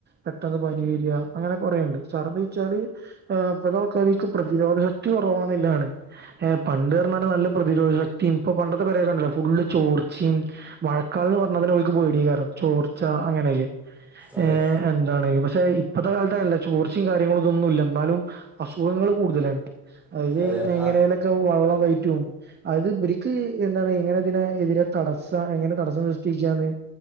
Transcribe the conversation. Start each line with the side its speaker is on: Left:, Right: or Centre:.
Right: പെട്ടന്ന്, പനി വര, അങ്ങനെ, കൊറെണ്ട്, സർദിച്ചാല് ഏ, ഇപ്പത്ത, ആൾക്കാർക്ക്, പ്രതിരോധ ശക്തി, കൊറവാണ്ന്നില്ലതാണ്, എ, പണ്ട് റഞ്ഞാല് നല്ല പ്രതിരോധ ശക്തി ശക്തിയും, ഇപ്പൊ പണ്ടത്തെ, പരൊക്കെണ്ടില്ലെ, ഫുള് ചോർച്ചെമ്, മഴക്കാലന്ന് പറഞ്ഞ തന്നെ, ഓൽക്ക് പേടിയെക്കാരം, ചോർ ച്ച, അങ്ങനെയൊക്കെ,
Centre: അതെ
Right: ഏഹ, എന്താണ്, പക്ഷെ, ഇപ്പത്തെ, കാലത്തങ്ങനല്ല, ചോർച്ചേൻ കാര്യങ്ങളൊന്നുല്ല ന്നാലും, അസുഖങ്ങള്, കൂടുതലാണ്, അത്,
Centre: അതെ
Right: എങ്ങനെലൊക്കെ,
Centre: ആ
Right: വെള്ളം, തായ്റ്റും--ആത് ത് വര്ക്ക്, എന്താണ്, എങ്ങനെതിനെ, എതിരെ തടസ്സ, എങ്ങനെ തടസ്സം, സൃഷ്ടിക്കാന്ന്